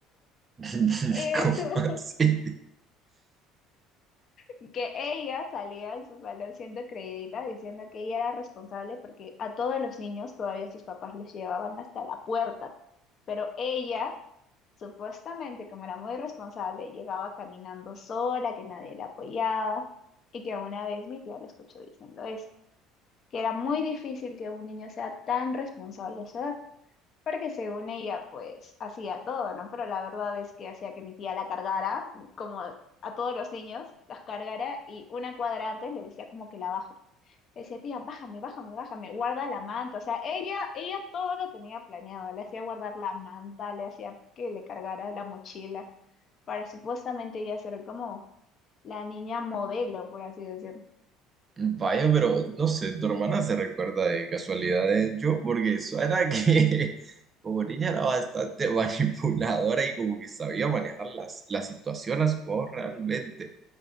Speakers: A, on the right; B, on the left.
A: <laughs>
B: <laughs>
A: ¿Cómo así?
B: Y que ella salía de su salón siendo creidita, diciendo que ella era responsable porque a todos los niños todavía sus papás los llevaban hasta la puerta, pero ella... Supuestamente, como era muy responsable, llegaba caminando sola, que nadie la apoyaba, y que una vez mi tía le escuchó diciendo eso. que era muy difícil que un niño sea tan responsable a su edad, porque según ella, pues hacía todo, ¿no? Pero la verdad es que hacía que mi tía la cargara, como a todos los niños, las cargara y una cuadra antes le decía como que la baje. Le decía, tía, bájame, bájame, bájame, guarda la manta. O sea, ella, ella todo lo tenía planeado. Le hacía guardar la manta, le hacía que le cargara la mochila para supuestamente ella ser como la niña modelo, por así decirlo.
A: Vaya, pero no sé, tu hermana se recuerda de casualidades yo, porque eso era que <laughs> como niña era bastante manipuladora y como que sabía manejar las, la situación a su favor realmente.